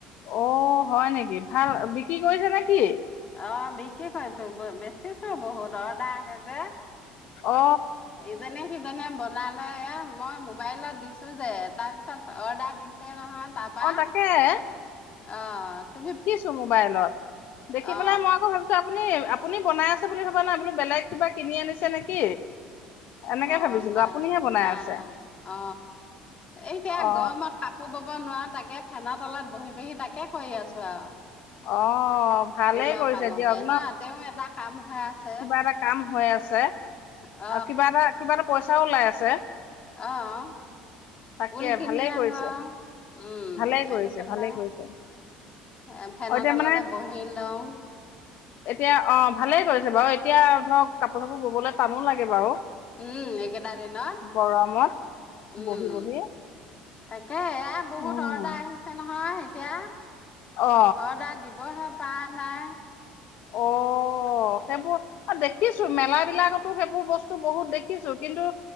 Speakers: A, on the left; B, on the left.
A: অ', হয় নেকি ভাল বিক্ৰী কৰিছে নেকি?
B: অ', বিকি কৰিছো বেচিছো বহুত অৰ্ডাৰ আহে যে।
A: অ
B: এইজনে কিজনে বনালে এ মই মোবাইলত দিছোঁ যে তাৰপিছত অৰ্ডাৰ দিছে নহয়। তাৰপা
A: অ তাকে
B: অ', তুমি
A: দিখিছো মোবাইলত দেখি
B: অ
A: পেলাই মই আকৌ ভো আপুনি, আপুনি বনাই আছে বুলি ভাবা নাই বোলো বেলেগ কিবা কিনি আনিছে নেকি। এনেকে
B: অ',
A: ভাবিছিলো
B: না
A: আপুনিহে বনাই
B: না
A: আছে
B: অ, এহ এতিয়া
A: অ
B: গৰমত কাপ বব' নোৱাৰোঁ তাকে ফেনৰ তলত বহি-বহি তাকে কৰি আছো আৰু।
A: অ', ভালেই
B: ঊলৰ
A: কৰিছে
B: কামকে
A: দিয়ক
B: ন' তেওঁ এটা কাম হৈ আছ
A: কিবা এটা কাম হৈ আছে,
B: অ
A: আৰু কিবা এটা, কিবা এটা পইচাও ওলাই আছে।
B: অ',
A: তাকে
B: ঊল কিনি
A: ভালেই
B: অনো।
A: কৰিছে
B: উম,
A: ভালেই কৰিছে
B: আনি পেলাই
A: ভালেই কৰিছে
B: এ ফেনৰ
A: অ এতিয়া
B: তলতে
A: মানে
B: বহি লওঁ।
A: এতিয়া অ, ভালেই কৰিছে বাৰু এতিয়া ধৰক কাপোৰ চাপোৰ ব'বলৈ টানো লাগে বাৰু।
B: উম, এইকেইটা দিনত,
A: গৰমত
B: উম,
A: বহি বহি
B: তাকে এয়া বহুত
A: উম
B: অৰ্ডাৰ আহিছে নহয় এতিয়া।
A: অ
B: অৰ্ডাৰ দিবহে পাৰা নাই।
A: অ', অ', সেইবোৰ, দেখিছোঁ মেলা বিলাকতো সেইবোৰ বস্তু বহুত দেখিছোঁ কিন্তু